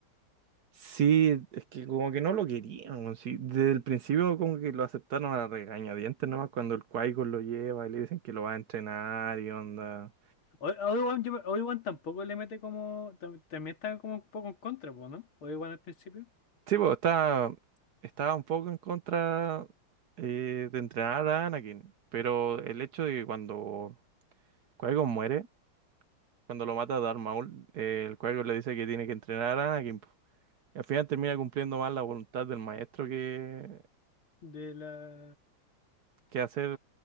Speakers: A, on the right (about 60°); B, on the left (about 80°).
A: sí, es que como que no lo querían, sí. Desde el principio como que lo aceptaron a regañadientes nomás cuando el qui lo lleva y le dicen que lo va a entrenar y onda.
B: O- Obi-Wan yo Obi-Wan tampoco le mete como. tam- También está como un poco en contra, po, ¿no? Obi-Wan al principio.
A: Sí, pues estaba, estaba un poco en contra eh, de entrenar a Anakin, pero el hecho de que cuando qui muere, cuando lo mata Darth Maul, eh, el qui le dice que tiene que entrenar a Anakin. po. Al final termina cumpliendo más la voluntad del maestro que
B: De la.
A: que hacer